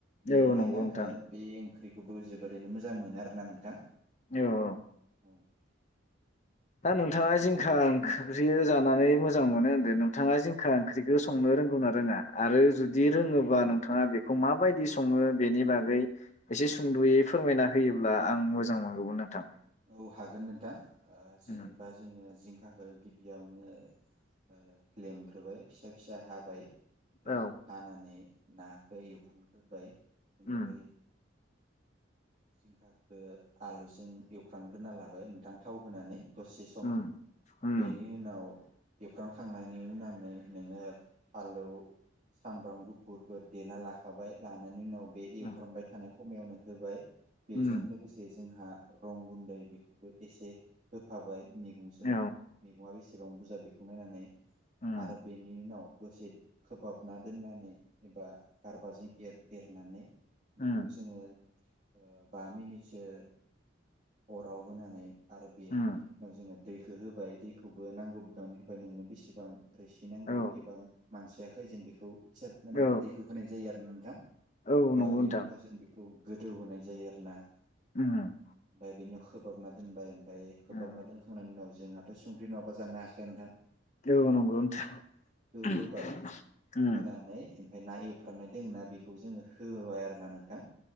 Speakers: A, on the right; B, on the left.
A: बेनिखायनो
B: औ नंगौ नोंथां
A: आंङो बे ओंख्रिखौ। बेखौबो जोबोरैनो मोजां मोनो आरो ना नोंथां।
B: औ औ।
A: औ
B: दा नोंथाङा जिंखा ओंख्रि जानानै मोजां मोनो होनदों नोंथाङा जिंखा ओंख्रिखौ संनो रोंगौ ना रोङा? आरो जुदि रोङोबा नोंथाङा बेखौ माबायदि सङो बेनि बागै एसे सुंद'यै फोरमायना होयोब्ला आं मोजां मोनगौमोन नोंथां।
A: औ हागोन नोंथां। ओ जेनेबा
B: उम
A: जोङो जिंखा गिबियावनो ओ लेमग्रोबाय फिसा फिसा हाबाय। बिनि
B: औ
A: उनाव हानानै नाखौ एवफ्रामग्रोबाय। बेनिफ्राय
B: उम
A: जिंखाखो आलुजों एवफ्रामग्रोना लाबाय नोंथां थाव होनानै दसे सम
B: उम उम
A: बेनि उनाव एवफ्रामखांनायनि उनानै नोङो फालौ सामब्राम गुफुरखौ देना लाखाबाय लानायनि उनाव बे
B: उम
A: एवफ्रामबाय थानायखौ खमायावनो होबाय। बेजों
B: उम
A: लोगोसे जोंहा रं गुन्दै बेखौबो एसे होफाबाय। मैगंजों
B: औ
A: मैगङा बेसे बां बुरजा बेखौ नायनानै
B: उम
A: आरो बेनि उनाव दसे खोबहाबना दोननानै एबा गारबाजों एर-एरनानै
B: उम
A: बेखौ जोङो ओ बा मिनिट सो अराव होनानै आरो बे
B: उम
A: बेनि उनाव जोङो दैखो होबाय दैखौबो नांगौ बिबांनो होबाय नोंनो बिसेबां रोसिनांगौ
B: औ
A: एबा मानसि या खैजोन बेखौ हिसाब नायनानै
B: औ
A: दैखौ होनाय जायो आरो ना
B: औ नंगौ
A: बेनि
B: नोंथां
A: उनाव जों बेखौ गोदौ होनाय जायो आरो ना।
B: उम
A: ओमफ्राय बेनि उनाव खोबाबना दोनबाय। ओमफ्राय खोबाब
B: उम
A: ना दोनखांनायनि उनाव जोंहाथ' संख्रि नङाबा जानो हाखाया नोथां?
B: औ नंगौ नोंथां
A: होबाय होनानै ओमफ्राय ना एवफ्रनाय दोङो ना बेखौ जोङो होबाय आरो ना नोंथां।